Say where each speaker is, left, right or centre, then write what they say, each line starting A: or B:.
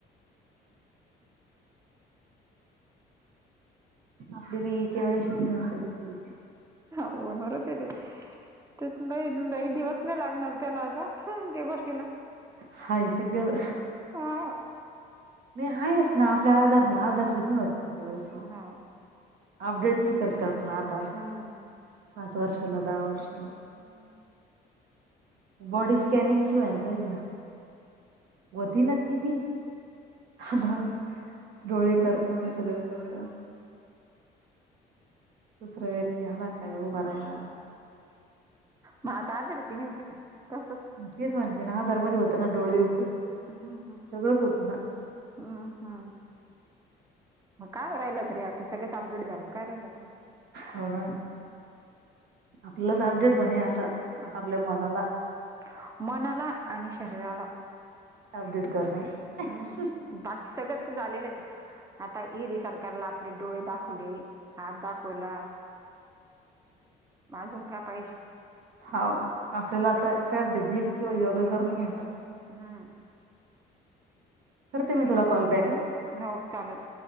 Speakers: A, on the right; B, on the right.
A: आपली बी ईकेवायशी निगल कधी कधी.
B: होणारचय ती त्यात लयलय दिवस नाही लागणार त्याला आता हा ते गोष्टीला
A: हाय का गेलं
B: हम्
A: नाही आहेच ना आपल्या आधारला आधारशी नाही होत का केवायशी
B: हो.
A: अपडेट नि करत का आपण आधार
B: हम्म
A: पाच वर्षाला दहा वर्ष बर
B: हम्म
A: बॉडी स्कॅनिंगची व्हायला पाहिजे होती ना ती बी.
B: हम्म
A: आता डोळे करता सगळं करता दुसऱ्या व्यक्ती आला काय उभं राहायला.
B: मग आता आदरचीणी होत का तसच.
A: तेच म्हणते ना आधार मध्ये होत ना डोळे होते
B: हम्म हम्म
A: सगळंच होतं ना.
B: हम्म हम्म मग काय राहिल तरी आता सगळंच अपडेट झालं. हला काय राहिल ते
A: हो ना आपल्यालाच अपडेट होणे आता.
B: हम्
A: आपल्या
B: हम्
A: मनाला
B: मनाला आणि शरीराला
A: अपडेट करणे. अ ह
B: हम्म बाकी सगळं तर झालेलंच आहे. आता ईडी सरकारला आपले डोळे दाखवले हात दाखवला. आजून काय पाहिजे.
A: हाव आपल्याला आता कायत जिम किंवा योगा करून घेता
B: हम्म.
A: करते मी तुला कॉल बॅक ह
B: हो चालेल.